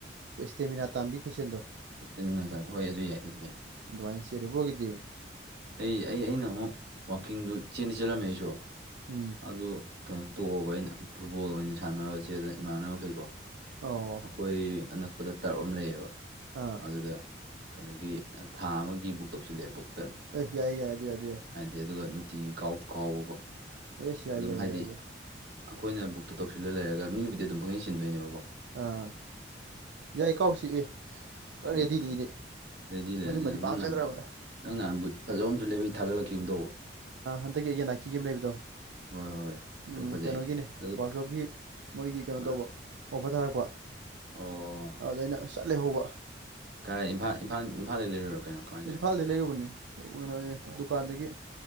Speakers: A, on the right (about 75°); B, on the right (about 55°).
A: ꯏꯁꯇꯃꯤꯅꯥ ꯇꯥꯟꯕꯩ ꯈꯨꯨꯁꯤꯟꯗꯣ
B: ꯏꯁꯇꯤꯝꯃꯤꯅ ꯍꯣꯏ ꯑꯗꯨ ꯌꯥꯏ ꯑꯗꯨ ꯌꯥꯏ
A: ꯑꯗꯨꯃꯥꯏꯅ ꯆꯦꯜꯂꯤ ꯕ꯭ꯔꯣꯒꯤꯗꯤ
B: ꯑꯩ ꯑꯩ ꯑꯩꯅ ꯑꯃꯨꯛ ꯋꯥꯛꯀꯤꯡꯗꯨ ꯆꯦꯟꯗꯤ ꯆꯠꯂꯝꯃꯦ ꯑꯩꯁꯨ
A: ꯎꯝ
B: ꯑꯗꯨ ꯀꯩꯅꯣ ꯇꯣꯛꯑꯕ ꯑꯩꯅ ꯐꯨꯠꯕꯣꯜ ꯑꯣꯏꯅ ꯁꯥꯟꯅꯔꯒ ꯏꯃꯥꯟꯅꯕꯈꯩꯀꯣ
A: ꯑꯣ
B: ꯑꯩꯈꯣꯏ ꯑꯅꯛꯄꯗ ꯇꯥ꯭ꯔꯞ ꯑꯃ ꯂꯩꯌꯦꯕ
A: ꯑꯥ
B: ꯑꯗꯨꯗ ꯀꯩꯅꯣꯒꯤ ꯊꯥ ꯑꯃꯒꯤ ꯕꯨꯛ ꯇꯧꯁꯤꯜꯂꯦꯑꯦ ꯕꯨꯛꯇ
A: ꯑ ꯌꯥꯏꯌꯦ ꯌꯥꯏ ꯑꯗꯨ ꯌꯥꯏ ꯑꯗꯨ
B: ꯍꯥꯏꯗꯤ ꯑꯗꯨꯒ ꯅꯨꯡꯇꯤꯒꯤ ꯀꯥꯎ ꯀꯥꯎꯕ
A: ꯑꯦꯁ ꯌꯥꯏ
B: ꯑꯗꯨꯝ
A: ꯌꯥꯏ
B: ꯍꯥꯏꯗꯤ
A: ꯌꯥꯏ ꯌꯥꯏ
B: ꯑꯩꯈꯣꯏꯅ ꯕꯨꯛꯇꯨ ꯇꯧꯁꯤꯜꯂ ꯂꯩꯔꯒ ꯃꯤꯕꯨꯗꯤ ꯑꯗꯨꯝ ꯄꯪꯁꯤꯟ ꯁꯤꯟꯗꯣꯏꯅꯦꯕꯀꯣ
A: ꯑꯥ ꯌꯥꯏ ꯀꯥꯎꯁꯤꯏꯌꯦ
B: ꯑꯣꯀꯦ
A: ꯄꯨꯔ ꯔꯦꯗꯤꯅꯤꯅꯦ
B: ꯑꯣꯀꯦ ꯔꯦꯗꯤ ꯂꯩꯔꯅꯤ
A: ꯃꯗꯨꯃꯗꯤ
B: ꯅꯪ
A: ꯄꯥꯝꯖꯈ꯭ꯔꯥꯕ
B: ꯅꯪ ꯅꯍꯥꯟ ꯅꯪ ꯅꯍꯥꯟ ꯕꯨꯠ ꯐꯖꯕ ꯑꯃꯁꯨ ꯂꯩꯕꯩ ꯊꯥꯒꯠꯂꯛꯈꯤꯕꯒꯤ ꯑꯃ ꯇꯧꯕ
A: ꯍꯟꯗꯛꯀꯤ ꯑꯩꯒꯤ ꯅꯥꯏꯀꯤꯒꯤ ꯑꯃ ꯂꯩꯕꯗꯣ
B: ꯍꯣꯏ ꯍꯣꯏ
A: ꯎꯝ
B: ꯑꯗꯨ ꯐꯖꯩ
A: ꯀꯩꯅꯣꯒꯤꯅꯤ
B: ꯑꯗꯨ
A: ꯋꯥꯔꯜ ꯀꯞꯀꯤ ꯃꯣꯏꯒꯤ ꯀꯩꯅꯣ
B: ꯑ
A: ꯇꯧꯕ ꯑꯣꯐꯔ ꯊꯥꯔꯛꯄ
B: ꯑꯣ
A: ꯑꯗꯨꯗ ꯑꯩꯅ ꯆꯠ ꯂꯩꯍꯧꯕ
B: ꯀꯥꯏ ꯏꯝꯐꯥ ꯏꯝꯐꯥ ꯏꯝꯐꯥꯜꯗ ꯂꯩꯔꯤꯔ ꯀꯩꯅꯣ ꯀꯃꯥꯏꯅ
A: ꯏꯝꯐꯥꯜꯗꯒꯤ
B: ꯇꯧꯔꯤꯅꯣ
A: ꯂꯩꯔꯨꯕꯅꯦ ꯀꯩꯅꯣ
B: ꯑꯣ
A: ꯗꯨꯀꯥꯟꯗꯒꯤ